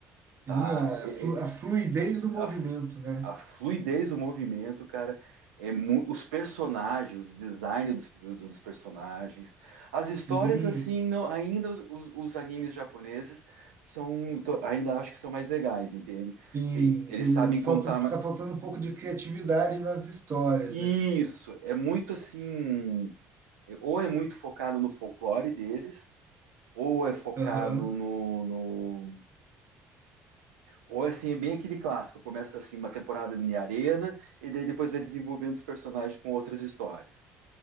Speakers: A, on the right (about 85°); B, on the right (about 45°).
A: tá?
B: Sim, a,
A: é,
B: flu- a
A: é,
B: fluidez do movimento,
A: a,
B: né?
A: a fluidez do movimento, cara, é mu- os personagens, o design dos, do- dos personagens, as histórias
B: Sim.
A: assim, não, ainda os, os- os animes japoneses são, to- ainda acho que são mais legais, entende?
B: Sim,
A: Tem- eles sabem
B: o-
A: contar
B: falta,
A: ma-
B: tá faltando um pouco de criatividade nas histórias,
A: isso,
B: né?
A: é muito assim, ou é muito focado no folclore deles, ou é focado
B: Aham.
A: no, no Ou assim, é bem aquele clássico, começa assim uma temporada de arena e daí depois vai desenvolvendo os personagens com outras histórias.